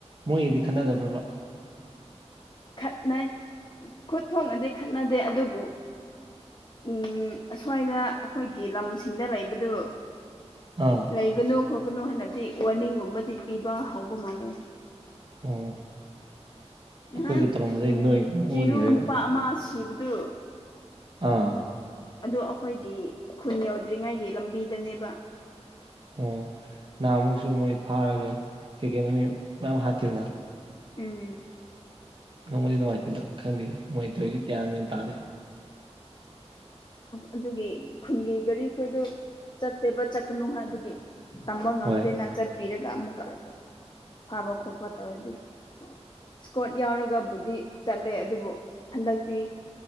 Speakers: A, on the right (about 45°); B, on the left (about 40°).
A: ꯃꯣꯏꯒꯗꯤ ꯈꯟꯅꯗꯕ꯭ꯔꯕ
B: ꯈꯠꯅꯩ ꯈꯨꯠ ꯊꯣꯡꯅꯗꯤ ꯈꯠꯅꯗꯦ ꯑꯗꯨꯕꯨ ꯎꯝ ꯑꯁ꯭ꯋꯥꯏꯗ ꯑꯩꯈꯣꯏꯒꯤ ꯂꯝꯁꯤꯡꯗ ꯂꯩꯕꯗꯨ
A: ꯑꯥ
B: ꯂꯩꯒꯅꯨ ꯈꯣꯠꯀꯅꯨ ꯍꯥꯏꯅꯗꯤ ꯋꯥꯔꯅꯤꯡꯒꯨꯝꯕꯗꯤ ꯄꯤꯕ ꯍꯧꯕ ꯃꯥꯜꯂꯦ
A: ꯑꯣ
B: ꯅꯍꯥꯟ
A: ꯑꯩꯈꯣꯏꯒ ꯇꯧꯔꯝꯕꯗꯩ ꯅꯣꯏ
B: ꯆꯤꯔꯨ
A: ꯑꯣꯟꯈ꯭ꯔꯦꯕ
B: ꯅꯨꯄꯥ ꯑꯃ ꯁꯤꯕꯗꯨ
A: ꯑꯥ
B: ꯑꯗꯨ ꯑꯩꯈꯣꯏꯒꯤ ꯈꯨꯟ ꯌꯧꯗ꯭ꯔꯤꯉꯩꯒꯤ ꯂꯝꯕꯤꯗꯅꯦꯕ
A: ꯑꯣ ꯅꯍꯟꯃꯨꯛꯁꯨ ꯃꯣꯏ ꯐꯥꯔꯒ ꯁꯦꯀꯦꯟꯔꯤ ꯃꯌꯥꯝ ꯍꯥꯠꯈꯤꯗꯅ
B: ꯎꯝ
A: ꯅꯨꯡꯕꯨꯗꯤ ꯅꯨꯡꯉꯥꯏꯇꯦꯗ ꯈꯪꯗꯦ ꯃꯣꯏꯅ ꯇꯧꯏꯁꯤ ꯒ꯭ꯌꯥꯟ ꯃꯦꯟ ꯇꯥꯗꯦ
B: ꯑꯗꯨꯒꯤ ꯈꯨꯟꯒꯤ ꯒꯥꯔꯤꯈꯣꯏꯗꯨ ꯆꯠꯇꯦꯕ ꯆꯠꯀꯅꯨ ꯍꯥꯏꯕꯒꯤ ꯇꯝꯕ ꯉꯝꯗꯦꯅ
A: ꯍꯣꯏ
B: ꯆꯠꯄꯤꯔꯒ ꯑꯃꯨꯛꯀ ꯐꯥꯕ ꯈꯣꯠꯄ ꯇꯧꯔꯗꯤ ꯏꯁꯀꯣꯔꯠ ꯌꯥꯎꯔꯒꯕꯨꯗꯤ ꯆꯠꯂꯦ ꯑꯗꯨꯕꯨ ꯍꯟꯗꯛꯇꯤ